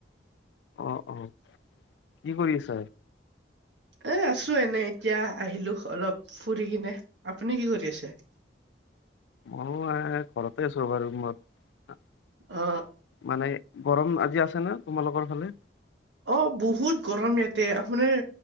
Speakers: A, on the left; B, on the right.
A: অ', অ', কি কৰি আছা?
B: এ আছো এনে এতিয়া আহিলো অলপ ফুৰি কিনে, আপুনি কি কৰি আছে?
A: মই ঘৰতে আছো ৰবা ৰুমত।
B: অ।
A: মানে গৰম আজি আছে ন তোমালোকৰ ফালে?
B: অ', বহুত গৰম ইয়াতে আপোনাৰ